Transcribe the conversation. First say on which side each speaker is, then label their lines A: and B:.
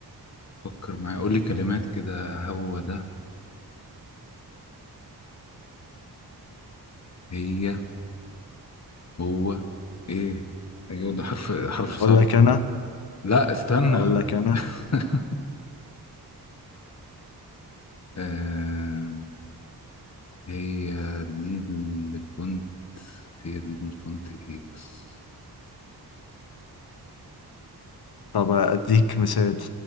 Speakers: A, on the left (about 40°); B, on the left (about 65°).
A: فكر معايا قول لي كلمات كده هو ده هي هو ايه ايوه ده حرف حرف صعب
B: اقول لك
A: أوي.
B: انا
A: لا استنى
B: اقول لك انا
A: <laughs> آه... هي دي اللي كنت هي دي اللي كنت ايه بس
B: طب أديك مثال